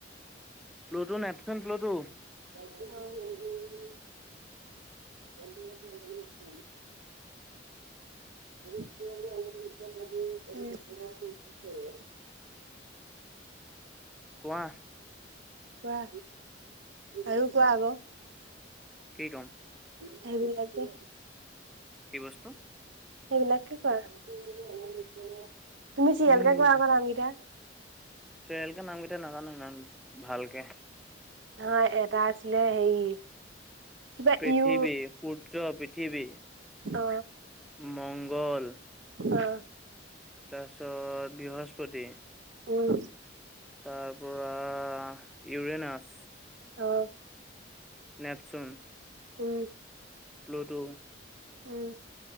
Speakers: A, in the centre; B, on the right.
A: প্লুডু নেপচন প্লুটু <unintelligible>
B: <unintelligible> <inaudible> <unintelligible> <inaudible>
A: কোৱা
B: কোৱা আৰু কোৱা আকৌ
A: কি কম
B: সেইবিলাকে
A: কি বস্তু
B: সেইবিলাকে কৰা তুমি চিয়েলকে
A: উম
B: কৰা নামকেইটা <unintelligible>
A: চিৰিয়েলকে নামকেইটা নাজানো ইমান ভালকে
B: ন এটা আছিলে হেৰি কিবা
A: পৃথিৱীৰ
B: ইউ
A: সূৰ্য পিঠিবি
B: অ
A: মংগল
B: অ
A: তাৰপিছত বৃহস্পতি
B: উম
A: তাৰ পৰা ইউৰেনাছ
B: অ
A: নেপচোন
B: উম
A: প্লুটো
B: উম